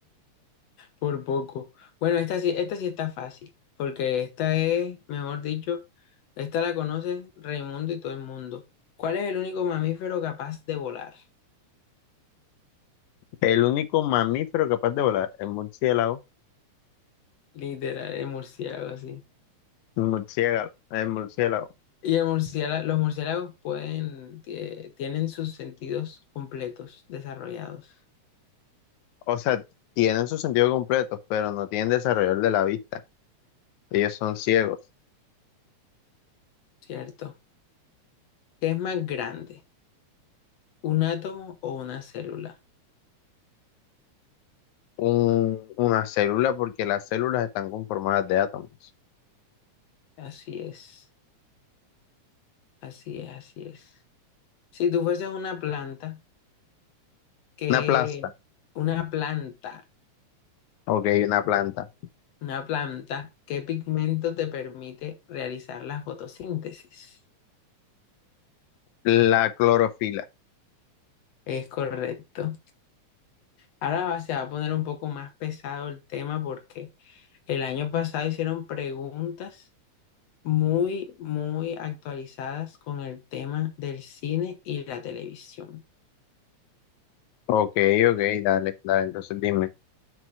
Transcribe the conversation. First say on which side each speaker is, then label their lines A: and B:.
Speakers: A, on the left; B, on the left.
A: Por poco. Bueno, esta sí, esta sí está fácil, porque esta es, mejor dicho, esta la conoce Raimundo y todo el mundo. ¿Cuál es el único mamífero capaz de volar?
B: El único mamífero capaz de volar, el murciélago.
A: Literal, el murciélago, así.
B: El murciélago, el murciélago.
A: Y el murciéla- los murciélagos pueden, tie- tienen sus sentidos completos, desarrollados,
B: O sea, tienen su sentido completo, pero no tienen desarrollo el de la vista. Ellos son ciegos.
A: ¿cierto? ¿Qué es más grande? ¿Un átomo o una célula?
B: Un- una célula, porque las células están conformadas de átomos.
A: Así es, así es, así es. Si tú fueses una planta, ¿qué,
B: Una planta.
A: una planta.
B: Ok, una planta.
A: Una planta, ¿qué pigmento te permite realizar la fotosíntesis?
B: La clorofila.
A: Es correcto. Ahora va- se va a poner un poco más pesado el tema porque el año pasado hicieron preguntas muy, muy actualizadas con el tema del cine y la televisión.
B: Ok, ok, dale, dale, entonces dime.